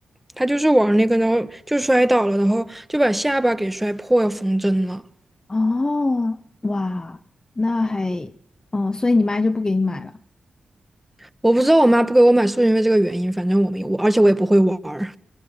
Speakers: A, in the centre; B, on the left.
A: 他就是玩儿那个，然后就摔倒了，然后就把下巴给摔破，要缝针了。
B: 哦，哇，那还，哦，所以你妈就不给你买了。
A: 我不知道我妈不给我买是不因为这个原因，反正我没有，我而且我也不会玩儿。